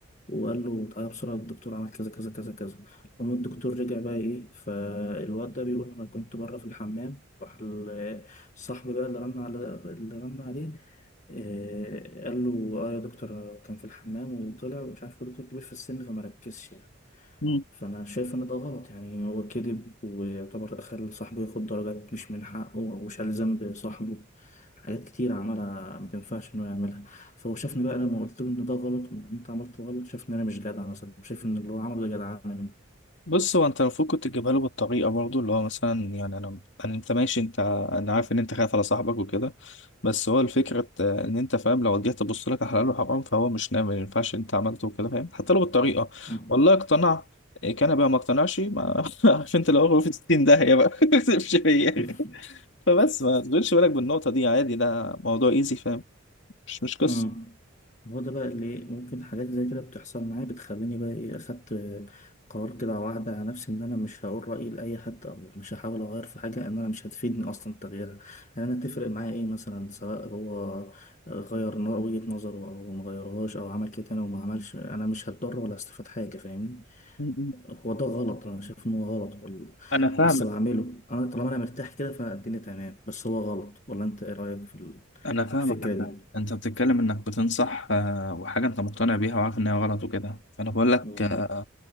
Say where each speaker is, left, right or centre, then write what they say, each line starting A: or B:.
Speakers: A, on the left; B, on the left.
A: وقال له تعالى بسرعة الدكتور عمل كذا كذا كذا كذا المهم الدكتور رجع بقى ايه فالواد ده بيقول انا كنت بره في الحمام راح ال- الصاحب بقى اللي رن على اللي رن عليه آه، قال له اه يا دكتور أنا كان في الحمام وطلع ومش عارف هو دكتور كبير في السن فما ركزش يعني.
B: آه.
A: فأنا شايف إن ده غلط يعني هو كذب ويعتبر خلى صاحبه ياخد درجات مش من حقه أو شال ذنب صاحبه حاجات كتير عملها ما تنفعش إنه يعملها فهو شافني بقى لما قلت له إن ده غلط وإن أنت عملت غلط شافني إن أنا مش جدع مثلا شايف إن اللي هو عمله ده جدعانة
B: بص هو انت المفروض كنت تجيبها له بالطريقه برضه اللي هو مثلا يعني انا انا انت ماشي انت ع- انا عارف ان انت خايف على صاحبك وكده بس هو الفكره بت- ان انت فاهم لو جيت تبص لك على حلال وحرام فهو مش ناوي ما ينفعش انت عملته وكده فاهم حتى لو بالطريقه
A: منه
B: والله اقتنع إيه كان بقى ما اقتنعش ما <laughs> عارف انت لو هو في 60 داهيه بقى <laughs> ما تسيبش فيا
A: <laughs>
B: فبس ما تشغلش بالك بالنقطه دي عادي ده موضوع ايزي فاهم مش مش قصه
A: امم هو ده بقى اللي ممكن حاجات زي كده بتحصل معايا بتخليني بقى ايه اخدت قرار كده على واحدة على نفسي ان انا مش هقول رأيي لأي حد او مش هحاول اغير في حاجة ان انا مش هتفيدني اصلا تغييرها يعني انا تفرق معايا ايه مثلا سواء هو غير ن- وجهة نظره او ما غيرهاش او عمل كده تاني وما عملش انا مش هتضر ولا هستفاد حاجة فاهمني
B: م- م.
A: هو ده غلط انا شايف ان هو غلط وال...
B: انا فاهمك
A: بس بعمله انا طالما انا مرتاح كده فالدنيا تمام بس هو غلط ولا انت ايه رأيك في ال-
B: انا فاهمك
A: في الفكرة دي
B: ده انت بتتكلم انك بتنصح آه، وحاجه انت مقتنع بيها وعارف ان هي غلط وكده فانا بقول لك
A: اه
B: آه،